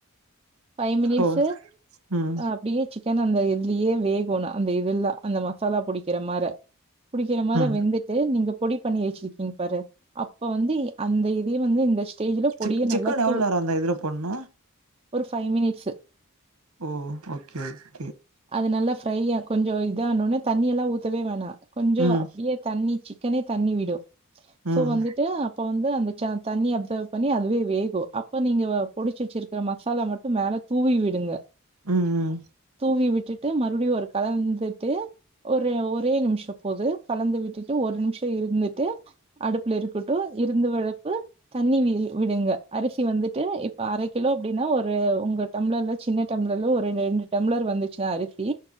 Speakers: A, on the right; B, on the right.
A: ஃபை மினிட்ஸு
B: ஓ ம்
A: அ அப்டியே சிக்கன் அந்த இதுலியே வேகோணு அந்த இதுல்லா அந்த மசாலா பொடி க்கிர மார புடிக்கிற மார
B: ம்
A: வெந்து த்து நீங்க பொடி பண்ணி வச்சிருக்கீங்க பாரு அப்ப வந்து அந்த இதையே வந்து இந்த ஸ்டேஜ்ல பொடிய
B: சி சிக்கன
A: நல்லா தூ
B: எவ்ளோ நேரம் அந்த இதுல போட்ணு
A: ஒரு ஃபை மினிட்ஸு
B: ஓ ஓகே ஓகே
A: அது நல்லா ஃப்ரை ஆ கொஞ்சோ இத ஆனோனே தண்ணி எல்லா ஊத்தவே வேணா கொஞ்சோ
B: ம்
A: அப்டியே தண்ணி சி க்கனே தண்ணி விடு சோ
B: ம்
A: வந்துட்டு இப்ப வந்து அந்த ச தண்ணிய அப்சர்வ் பண்ணி அதுவே வேகு அப்ப நீங்க வ பொடுச்ச வச்சிருக்க மக் மசாலா மட்டு மேல தூவி விடுங்க
B: ம் ம்
A: தூவி விட்டுட்டு மறுபடியு ஒரு கலந்துட்டு ஒரே ஒரே நிமிஷ போது கலந்து விட்டுட்டு ஒரு நிமிஷ இருந்துட்டு அடுப்புல இருக்கட்டு இருந்து வளப்பு தண்ணி வி விடுங்க அரிசி வந்துட்டு இப்ப அர கிலோ அப்டின்னா ஒரு ஒங்க டம்ளர்ல சின்ன டம்ளர்ல ஒரு ரெண்டு டம்ளர் வந்துச்சு அரிசி